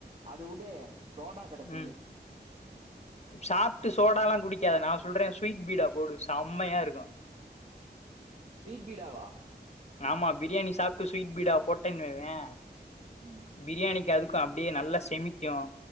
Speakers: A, on the right; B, on the left.
A: அது விடு சோடா கட சொல்லு
B: ம் சாப்ட்டு சோடாலா குடிக்காத நா சொல்றே ஸ்வீட் பீடா போடு செம்மையா இருக்கும்
A: ஸ்வீட் பீடாவா
B: ஆமா பிரியாணி சாப்ட்டு ஸ்வீட் பீடா போட்டேன்னுவே
A: உம்
B: பிரியாணிக்கு அதுக்கு அப்டியே நல்லா செமிக்கும்